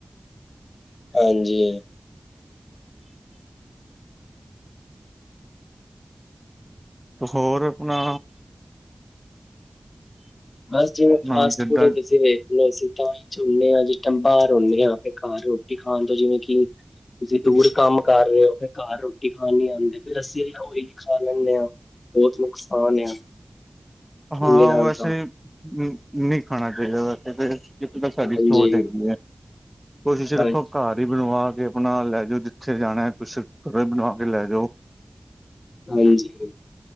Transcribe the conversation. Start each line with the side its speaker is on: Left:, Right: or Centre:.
Left: ਹਾਂਜੀ
Centre: ਹੋਰ ਆਪਣਾ
Left: ਬਸ ਜਿਵੇਂ
Centre: ਆਪਣਾ
Left: ਫਾਸਟ
Centre: ਜਿੱਦਾਂ
Left: ਫੂਡ ਤੁਸੀਂ ਵੇਖ ਅਸੀਂ ਤਾਂ ਹੀ ਚਝੁਦੇ ਹਾਂ ਜੀ ਟੈਮ ਬਾਹਰ ਆਉਦੇ ਹਾਂ ਤੇ ਘਰ ਰੋਟੀ ਖਾਣ ਤੋਂ ਜਿਵੇਂ ਕਿ ਤੁਸੀਂ ਦੂਰ ਕੰਮ ਕਰ ਰਹੇ ਹੋ ਫਿਰ ਘਰ ਰੋਟੀ ਖਾਣ ਨੀ ਆਉਂਦੇ ਫਿਰ ਅਸੀ ਓਹੀ ਖਾ ਲੈਂਦੇ ਹੋ ਬਹੁਤ ਨੁਕਸਾਨ ਆ
Centre: ਹਾਂ,
Left: ਇਹਦੇ ਨਾਲ
Centre: ਵੈਸੇ
Left: ਤਾਂ
Centre: ਨਹੀਂ ਖਾਣਾ ਚਾਹੀਦਾ ਵੈਸੇ ਫ ਇੱਕ ਤਾਂ ਸਾਡੀ
Left: ਹਾਂਜੀ
Centre: ਸੋਚ ਹੈਗੀ ਹੈ, ਕੋਸ਼ਿਸ਼
Left: ਹਾਂਜੀ
Centre: ਰੱਖੋ ਘਰ ਹੀ ਬਣਵਾ ਕੇ ਆਪਣਾ ਲੈ ਜਾਓ ਜਿੱਥੇ ਜਾਣਾ ਕੁਛ ਕ ਬਣਾਵਾ ਕੇ ਲੈ ਜਾਓ
Left: ਹਾਂਜੀ